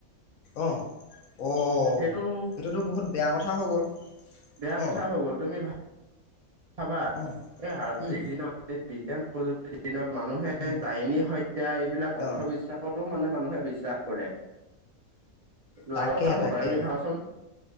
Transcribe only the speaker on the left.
অ'। অ',
সেইটোতো বহুত বেয়া কথা হৈ গ'ল।
অ
অ
উম
উম
অ
তাকে
তাকে